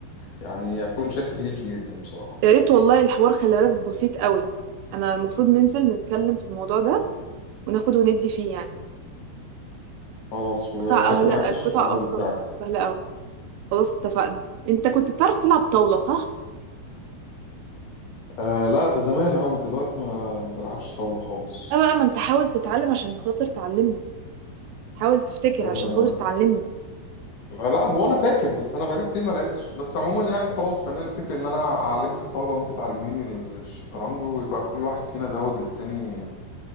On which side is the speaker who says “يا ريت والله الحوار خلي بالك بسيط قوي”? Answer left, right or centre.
Right